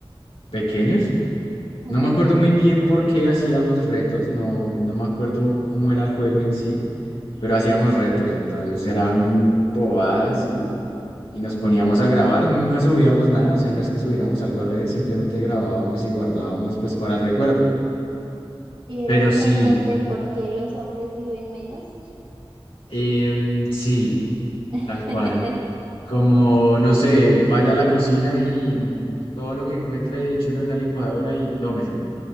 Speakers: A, on the left; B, on the right.
A: pequeños.
B: ujú.
A: No me acuerdo muy bien por qué hacíamos retos, no, no me acuerdo cómo era el juego en sí pero hacíamos retos, entonces eran bobadas y, y nos poníamos a grabar, nunca subíamos nada, o sea, no es que subiéramos algo a redes, simplemente grabábamos y guardábamos pues para el recuerdo.
B: Y
A: Pero
B: eran
A: sí,
B: retos de por qué los hombres viven menos.
A: em, sí,
B: <laughs>
A: tal cual. Como, no sé, vaya a la cocina y mm, todo lo que encuentre, échelo en la licuadora y tómeselo.